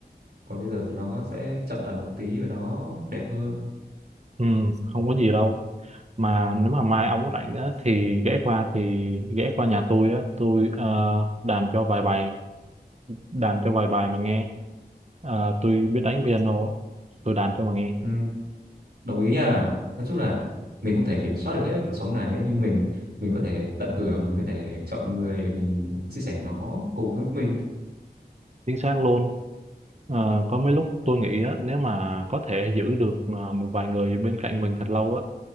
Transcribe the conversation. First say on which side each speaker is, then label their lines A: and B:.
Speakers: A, on the right; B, on the right.
A: còn bây giờ thì nó sẽ chậm lại một tí và nó đẹp hơn
B: ừ không có gì đâu mà nếu mà mai ông có rảnh á, thì ghé qua thì ghé qua nhà tôi á tôi ờ, đàn cho vài bài đàn cho vài bài mà nghe Ờ, tôi biết đánh piano á, tôi đàn cho mà nghe
A: ừ, đồng ý nha nói chung là mình không thể kiểm soát được hết cuộc sống này ấy, nhưng mình mình có thể tận hưởng mình có thể chọn người để mình chia sẻ nó cùng với mình
B: chính xác luôn Ờ, có mấy lúc tôi nghĩ á, nếu mà có thể giữ được ờ, một vài người bên cạnh mình thật lâu á